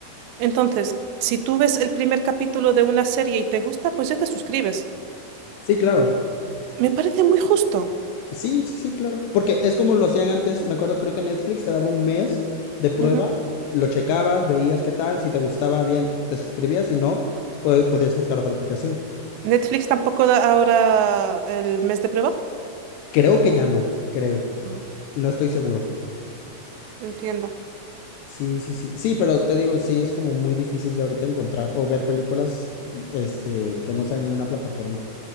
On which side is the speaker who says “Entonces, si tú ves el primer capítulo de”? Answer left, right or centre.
Right